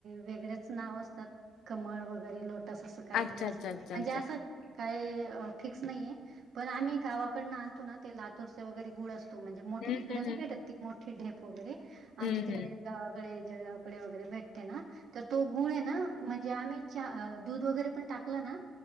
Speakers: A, on the right; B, on the left.
A: वेगडेच नाव असतात कमळ वगैरे लोट तसअसं कायतरी
B: अच्छा
A: असत
B: अच्छा अच्छा
A: म्हणजे
B: अच्छा.
A: असं काही फिक्स नाहीये पण आम्ही गावाकडन आणतो ना ते लातूरचे वगैरे गुळ अस तो म्हणजे मोठे
B: हं
A: इकड
B: हं
A: नाही
B: हं.
A: भेटत ती मोठी ढेप वगैरे आमच्या
B: हं
A: तिकडे
B: हं.
A: गावाकडे जळगावकडे वगैरे भेटते ना तर तो गुळ ये ना म्हणजे आम्ही चहा अ दूध वगैरे पण टाकला ना